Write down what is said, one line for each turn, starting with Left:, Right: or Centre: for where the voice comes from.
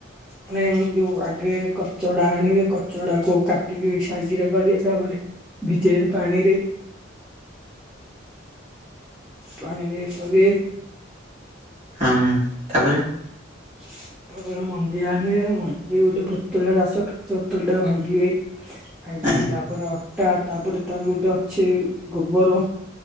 Centre: ହ ନେ ଯୋଉ ଆଗେ କଚଡ଼ା ଆଣିବେ କଚଡ଼ାକୁ କାଟିକି ସାଇଜ୍ ରେ କରିଏ ତାପରେ ଭିଜେଇବେ ପାଣିରେ। ପାଣିରେ କହିବେ
Right: ହଁ ତାପରେ?
Centre: ହ ତାପରେ ମଞ୍ଜି ଆଣିବେ ମଞ୍ଜି ଗୋଟେ ପତଳା ରାସ କାଚ ଓତଲ୍ ଟାଉ ଭାଙ୍ଗିବେ। ହାଇ‌ପିକି
Right: ହଁ
Centre: ତାପରେ ଅଟା ତାପରେ ତାର ଗୋଟେ ଅଛି ଗୋବର।